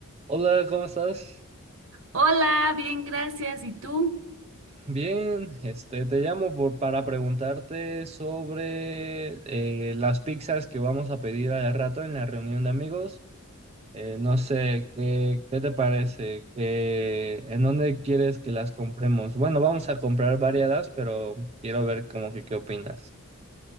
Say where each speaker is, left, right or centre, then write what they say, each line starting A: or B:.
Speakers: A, on the right; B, on the right.
A: Hola, ¿cómo estás?
B: Hola, bien, gracias. ¿Y tú?
A: Bien, este, te llamo por- para preguntarte sobre eh, las pizzas que vamos a pedir al rato en la reunión de amigos. Eh, no sé, ¿qué, qué te parece? ¿Qué, en dónde quieres que las compremos? Bueno, vamos a comprar variadas, pero quiero ver como que qué opinas.